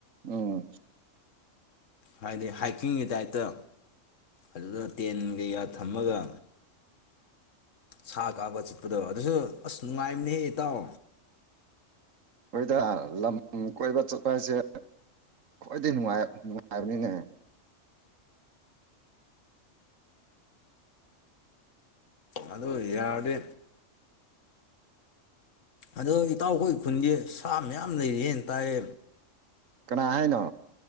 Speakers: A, on the right; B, on the left.
A: ꯎꯝ
B: ꯍꯥꯏꯗꯤ ꯍꯥꯏꯀꯤꯡꯒꯤ ꯗꯥꯏꯠꯇ ꯑꯗꯨꯗ ꯇꯦꯟ ꯀꯩꯀꯥ ꯊꯝꯃꯒ ꯁꯥ ꯀꯥꯕ ꯆꯤꯠꯄꯗꯣ ꯑꯗꯨꯁꯨ ꯑꯁ ꯅꯨꯡꯉꯥꯏꯕꯅꯦꯍꯦ ꯏꯇꯥꯎ
A: ꯑꯩꯈꯣꯏꯗ ꯂꯝ ꯀꯣꯏꯕ ꯆꯠꯄ ꯍꯥꯏꯁꯦ ꯈ꯭ꯋꯥꯏꯗꯩ ꯅꯨꯡꯉꯥꯏ ꯅꯨꯡꯉꯥꯏꯕꯅꯤꯅꯦ
B: ꯑꯗꯨꯗ ꯌꯥꯔꯗꯤ ꯑꯗꯣ ꯏꯇꯥꯎꯈꯣꯏ ꯈꯨꯟꯒꯤ ꯁꯥ ꯃꯌꯥꯝ ꯂꯩꯔꯤꯅ ꯇꯥꯔꯦ
A: ꯀꯅꯥ ꯍꯥꯏꯦꯅ